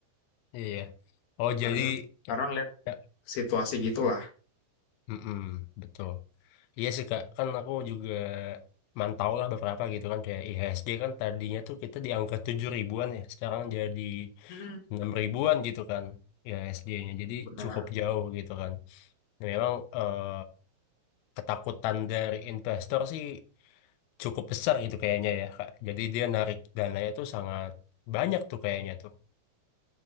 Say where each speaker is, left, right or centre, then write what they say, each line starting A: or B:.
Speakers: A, on the left (about 85°); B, on the left (about 60°).
A: iya. Oh
B: karena
A: jadi ya,
B: karena lihat
A: ya,
B: situasi gitulah.
A: mm-mm, betul. Iya sih Kak, kan aku juga mantau lah beberapa gitu kan kayak IHSG kan tadinya tuh kita di angka 7 ribuan ya, sekarang jadi
B: Mm-mm.
A: 6 ribuan gitu kan IHSG-nya. Jadi
B: Benar.
A: cukup jauh gitu kan. Dan memang eh, ketakutan dari investor sih cukup besar gitu kayaknya ya Kak. Jadi dia narik dananya tuh sangat banyak tuh kayaknya tuh.